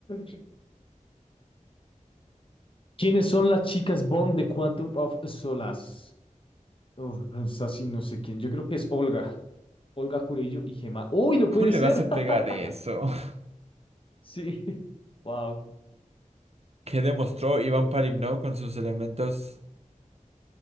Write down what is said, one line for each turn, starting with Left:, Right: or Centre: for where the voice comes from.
Left: Sí. ¿Quiénes son las chicas Bond de Quantum of Solace? Uf, esta sí no sé quién. Yo creo que es Olga, Olga Curello y Gemma. ¡Uy, no
Right: ¿Cómo
Left: puede
Right: le
Left: ser!
Right: vas a
Left: <laughs>
Right: pegar eso? <laughs>
Left: Sí, wow.
Right: ¿Qué demostró Iván Palimnov con sus elementos